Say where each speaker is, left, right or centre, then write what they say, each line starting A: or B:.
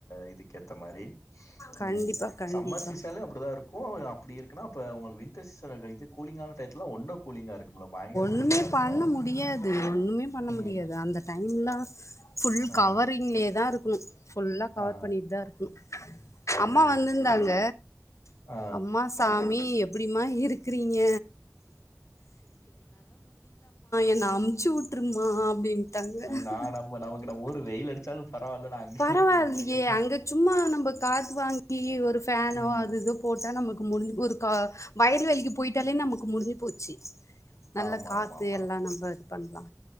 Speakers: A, on the left; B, on the left.
A: இது. <inaudible> இந்த மாரி
B: கண்டிப்பா
A: உம்
B: கண்டிப்பா
A: சம்மர் சீசன்ல அப்டிதா இருக் கோ அப்டி இருக்குனா அப்ப உங்களுக்கு வின் <unintelligible> இது குளிங்கான <unintelligible> ஒன்னு கூலிங்கா இருக்குமுல்ல பயங்கர
B: ஒன்னும்மே
A: இருக்கு
B: பண்ண முடியாது ஒன்னும்மே பண்ண
A: ம்
B: முடியாது அந்த டைம்லா ஃபுல்
A: ஆ
B: கவரிங்லே தா இரு <unintelligible> ஃபுல்லா கவர்
A: ஆ
B: பண்ணிட்டு தா இருக்கனு
A: ஓ
B: அம்மா வந்துந்தாங்க
A: சேரி சேரி ஆ
B: அம்மா சாமி நீ எப்டிமா இருக் கிறீங்க என்ன அமுச்சு விட்டுருமா அப்டின்ட்டாங்க
A: நா நம்ம நமக்கு நம்ம ஊர் வெயில் அடிச்சாலு பரவால்ல நா அங்கேயே
B: பரவாயில்லையே
A: போய் இருந்துக்கிறே
B: அங்க சும்மா நம்ம காத்து வாங்கி ஒரு ஃபேனோ
A: ம்
B: அது இது போட்டா நமக்கு மு ஒரு கா வயல் வேலிக்கு போயிட்டாலே நமக்கு முடிஞ்சி போச்சு நல்ல
A: ஆமா
B: காத்து
A: ஆமா ஆமா
B: எல்லா நம்ம பண்லா